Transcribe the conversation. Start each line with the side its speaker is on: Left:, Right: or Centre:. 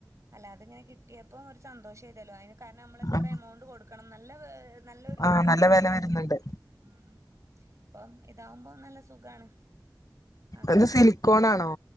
Right: അല്ലാ അതി ഇങ്ങനെ കി എപ്പം ഒരു സന്തോഷം ചെയ്തല്ലോ അതിന് കാരണം നമ്മൾ എത്ര
Left: ആ
Right: എമൗണ്ട് കൊടുക്കണം. നല്ല നല്ലൊരു
Left: ആ
Right: <unintelligible>
Left: നല്ല
Right: നല്ലരു
Left: വില വരുന്നുണ്ട്
Right: ഉ അപ്പം ഇതാവുമ്പോ നല്ല സുഖാണ്. അങ്ങനെ
Left: അത് സിലിക്കോൺ ആണോ